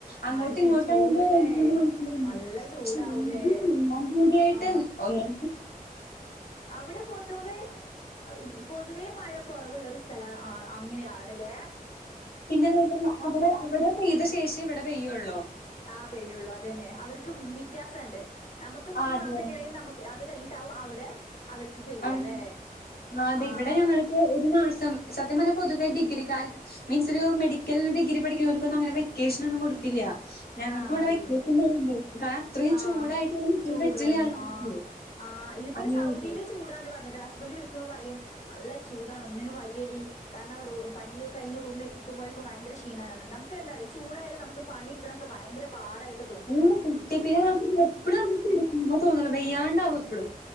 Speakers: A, on the left (about 85°); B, on the left (about 45°).
A: അങ്ങോട്ട്
B: ആ ശരി
A: ഈങോട്ട്
B: ചൂടല്ലേ
A: ആവുമ്പോ മണികുർവോടിവരും
B: നല്ല ചൂടാവൂലേ
A: ച ഞാൻ കൂടിയായിട്ട്
B: ആ
A: ഒന്ന
B: അവിടെ പൊതുവേ <unintelligible> പൊതുവേ മഴ കൊറവ്ള്ള ഒരു സ്ഥല ആ അങ്ങനെയാണ് ലേ
A: പിന്നെ നോക്കികഴിഞ്ഞാ അവിടെ അവിടെ പെയ്ത ശേഷേ ഇവടെ പെയ്യോള്ളൂ
B: ആഹ് പെയ്യൊള്ളു അതെന്നെ അവർക്ക് വ്യത്യാസണ്ട് നമക്ക്പ്പോ
A: അതെ.
B: ഈ മാസം കഴി നമക്ക് അത് കഴിഞ്ഞ് ട്ടാവും അവിടെ അവർക്ക് പെയ്യാല്ലേ?
A: ആഹ് അതെ
B: ആഹ്.
A: ഇവിടെ ഞങ്ങക്ക് ഒരു മാസം സത്യം പറഞ്ഞാ പൊതുവെ ഡിഗ്രിക്കാര്ക്ക് മീൻസ് ഒരു മെഡിക്കൽ ഡിഗ്രി പഠിക്കുന്നവർക്കൊന്നും അങ്ങനെ വെക്കേഷനൊന്നും കൊട്ക്കില്ല ഞങ്ങക്ക്
B: ആഹ്
A: ഇവിടെ വെക്കേഷൻ
B: ഇല്ല.
A: തര്ണ്ട് കാരണം അത്രയും
B: ആഹ്.
A: ചൂടായിട്ട് ഇവടെ നിക്കാൻ
B: ചൂടോണ്ട്
A: പറ്റ്ല്ല ആൾക്കാർക്ക്
B: ആഹ്. ആഹ് ഇപ്പോ
A: അങ്ങനെയൊക്കെ
B: സൗദിയിലെ ചൂ ടാന്ന് പറഞ്ഞിട്ട് ഹസ്ബന്റ് വിളിക്കുമ്പോ പറയും നല്ല ചൂടാണ് ഒന്നിനും വെയ്യടീ കാരണം റൂ പണിയൊക്കെ കഴിഞ്ഞ് റൂമില് എത്ത്മ്പോഴേക്കും ഭയങ്കര ക്ഷീണാ തോന്ന്ണ് നമുക്കെന്താറ്യോ ചൂടായാല് നമുക്ക് പണി ഇട്ക്ക്ണൊക്കെ ഭയങ്കര ഭാരയിട്ട്
A: ആഹ് കൃത്യത്തിന് <unintelligible> എപ്പഴും നമ്മുക്ക് കെടക്കാനാ തോന്ന്ണെ വെയ്യാണ്ടാവും എപ്പളും